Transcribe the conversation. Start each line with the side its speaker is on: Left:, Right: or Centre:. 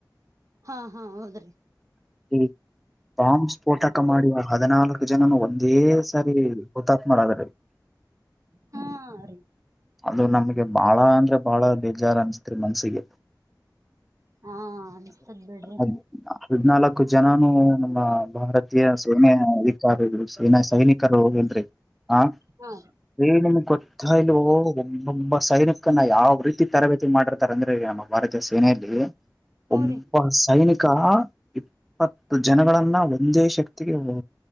Right: ಹ ಹ ಹೌದ್ರಿ
Centre: ಹ್ಮ ಬಾಂಬ್ ಸ್ಫೋಟಕ ಮಾಡಿ ಹದಿನಾಲ್ಕು ಜನನು ಒಂದೇ ಸಾರಿ ಹುತಾತ್ಮರಾದ್ರ್ರಿ.
Right: <unintelligible> ಹಾ ರೀ.
Centre: ಅದು ನಮ್ಗೆ ಬಾಳ ಅಂದ್ರೆ ಬಾಳ ಬೇಜಾರ್ು ಅನ್ಸ್ತ್ರಿ ಮನ್ಸಿಗೆ
Right: ಹಾ ಅನ್ಸ್ತದ್ ಬಿಡ್ರಿ
Centre: ಅದ್ ಹದ್ನಾಲ್ಕು ಜನನುೂ ನಮ್ಮ ಭಾರತೀಯ ಸೇನೆ ಅಧಿಕಾರಿಗಳು ಸೇನಾ ಸೈನಿಕರು ನ್ರೀ ಹ
Right: ಹಾ
Centre: ರಿ ನಿಮಗ ಗೊ ಕಲು ಒಬ್ಬೊಬ್ಬ ಸೈನಿಕನ್ನ ಯಾವ ರೀತಿ ತರಬೇತಿ ಮಾಡಿರ್ತಾರ ಅಂದ್ರೆ ನಮ್ಮ ಭಾರತೀಯ ಸೇನೆಯಲ್ಲಿ
Right: ಹ್ಮ
Centre: ಒಬ್ಬಸ್
Right: ರೀ
Centre: ಸೈನಿಕ ಇಪ್ಪತ್ತು ಜನಗಳನ್ನ ಒಂದೇ ಶಕ್ತಿಗೆ ಒ